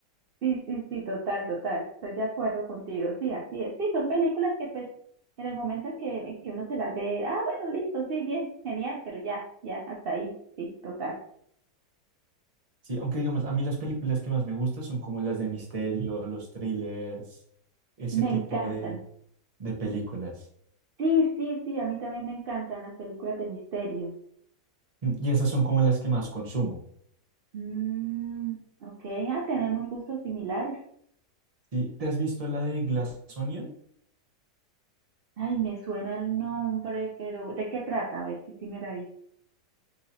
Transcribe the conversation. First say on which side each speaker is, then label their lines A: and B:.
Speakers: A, on the right; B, on the right.
A: Sí, sí, sí, total, total. Estoy de acuerdo contigo. Sí, así es. Sí, son películas que pues en el momento en que, en que uno se las ve, ah, bueno, listo, sí, bien, genial, pero ya, ya, hasta ahí. Sí, total.
B: Sí, aunque digamos, a mí las películas que más me gustan son como las de misterio, los thrillers, ese
A: Me
B: tipo
A: encantan.
B: de, de películas.
A: Sí, sí, sí, a mí también me encantan las películas de misterio.
B: Mm, Y esas son como las que más consumo.
A: Mm, ok, ah, tenemos gustos similares.
B: ¿Sí? ¿Te has visto la de Glass Onion?
A: Ay, me suena el nombre, pero ¿de qué trata? A ver si sí me la he visto.